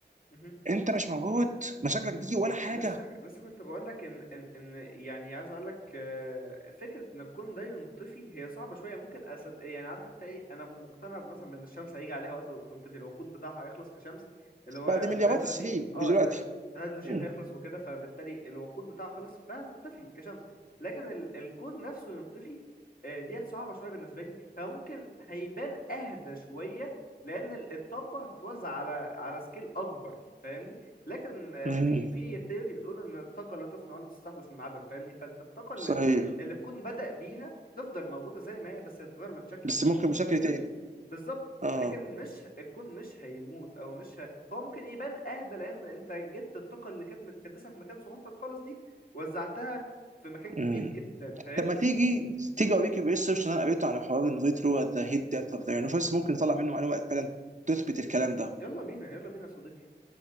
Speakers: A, on the left; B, on the right.
A: مهم.
B: انت مش موجود مشاكلك دي ولا حاجه
A: لسه لسه كنت بقولك ان ان ان يعني عايز اقولك آه، فكره ان الكون ده ينطفي هي صعبه شويه ممكن أسد يعني عارف انت ايه انا مقتنع مثلا بان الشمس هيجي عليها وقت وتنطفي الوقود بتاعها هيخلص كشمس اللي هو
B: بعد مليارات
A: الهيدروجين
B: السنين
A: اه
B: مش دلوقتي
A: الهيدرو الهيدروجين
B: مم.
A: هيخلص وكده فبالتالي الوقود بتاعها خلص فهتطفي كشمس لكن ال الكون نفسه ينطفي آه، ديت صعبه شويه بالنسبه لي فممكن هيبان اهدى شويه لان ال- الطاقه هتتوزع على على سكيل اكبر فاهمني لكن
B: مم.
A: في في ثيوري بتقول ان الطاقه لا تفنى ولا تستحدث من عدم فاهمني فانت الطاقه اللي
B: صحيح
A: اللي الكون بدأ بيها تفضل موجوده زي ما هي بس هتتغير من شكل
B: بس
A: لشكل
B: ممكن
A: من
B: بشكل
A: شكل لشكل
B: تاني
A: بالظبط
B: اه
A: لكن مش الكون مش هيموت او مش ه... هو ممكن يبان اهدى لان انت جبت الطاقه اللي كانت متكدسه في مكان صغنطط خالص دي وزعتها في مكان كبير
B: مم.
A: جدا فاهمني
B: طب ما تيجي تيجي اوريك الريسيرش اللي انا قريته عن حوار الريترو ذا هيد ديث اوف ذا يونيفرس ممكن نطلع منه معلومه فعلا تثبت الكلام ده
A: يلا بينا يلا بينا يا صديقي